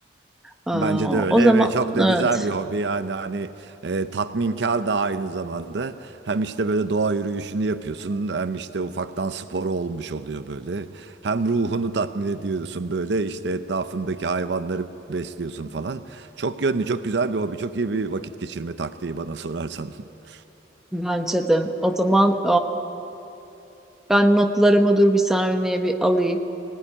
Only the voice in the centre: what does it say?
Aa,
o zaman
evet
bence de. O zaman Ben notlarımı dur bir saniye bir alayım.